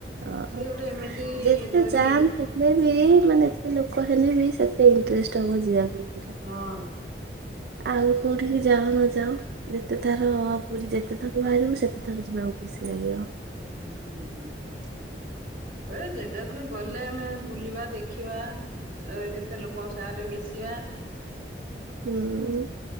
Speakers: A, on the right (about 65°); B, on the right (about 45°).
A: ହଁ
B: ସେ ଗୋଟେ ଏମିତି
A: ଯେତେ
B: ଡୋରି
A: ଯାମ୍ ଥିଲେ ବି ମାନେ ଏତେ ଲୋକ ହେଲେ ବି ସେତେ ଇଣ୍ଟରେଷ୍ଟ ହବ ଯିବାକୁ ପୁରୀ।
B: ହଁ।
A: ଆଉ କୋଉଠିକି ଯାଅ ନ ଯାଅ ଯେତେ ଥର ପୁରୀ ଯେତେ ଥର ବାହାରିବୁ ସେତେ ଥର ଯିବାକୁ ଖୁସି ଲାଗିବ।
B: ହୁଁ। ହେ ଜେଗାକୁ ଗଲେ ଆମେ ବୁଲିବା ଦେଖିବା ସେ କେତେ ଲୋକଙ୍କ ସା ମିଶିବା।
A: ହୁଁଉଁ।